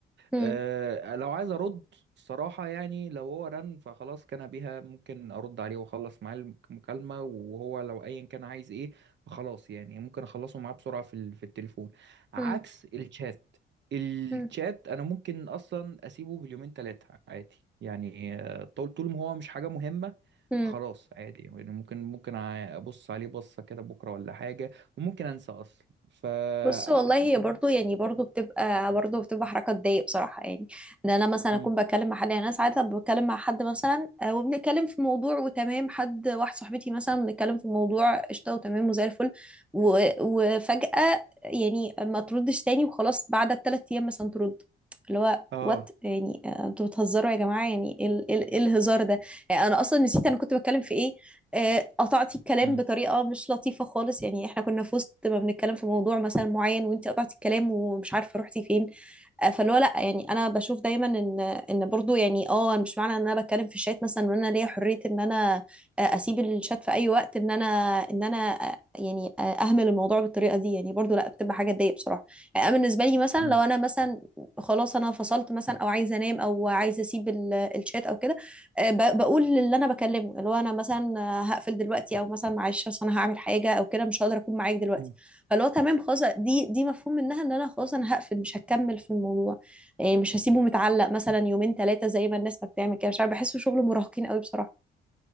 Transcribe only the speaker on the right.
أه لو عايز ارد الصراحه يعني لو هو رن فخلاص كان بيها ممكن ارد عليه واخلص معاه المكالمه وهو لو ايا كان عايز ايه فخلاص يعني ممكن اخلصه معاه بسرعه في ال- في التليفون عكس
الشات الشات
انا ممكن اصلا اسيبه باليومين ثلاثه عادي يعني آه، طول طول ما هو مش حاجه مهمه
فخلاص عادي يعني ممكن ممكن ع- ابص عليه بصه كده بكره ولا حاجه وممكن انسى اصلا ف
بت-
مم.
اه
مم.
مم.
مم.